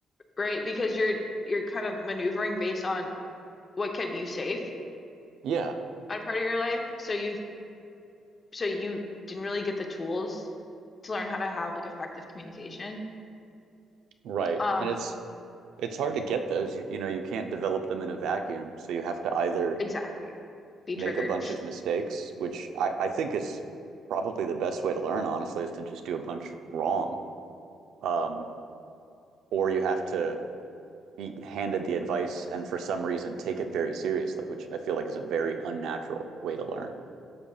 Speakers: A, on the left; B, on the right.
A: right? Because you're you're kind of maneuvering based on what kept you safe
B: Yeah.
A: at a part of your life. So you so you didn't really get the tools to learn how to have like effective communication.
B: Right.
A: Um,
B: And it's it's hard to get those. You, you know, you can't develop them in a vacuum. So you have to either
A: exactly. Be
B: make
A: triggered.
B: a bunch of mistakes, which I, I think is probably the best way to learn, honestly, is to just do a bunch wrong. Um, or you have to be handed the advice and for some reason take it very seriously, which I feel like is a very unnatural way to learn.